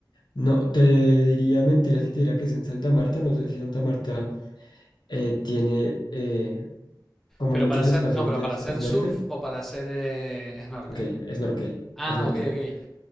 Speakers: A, on the left; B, in the centre.
A: No, te diría mentira si te diría que es en Santa Marta. No sé si Santa Marta eh, tiene eh, como
B: Pero
A: muchos
B: para hacer,
A: espacios
B: no, pero
A: de
B: para
A: s-
B: hacer
A: snorkel.
B: surf o para hacer eh, snorkel.
A: Snorkel, snorkel,
B: Ah,
A: snorkel.
B: ok, ok.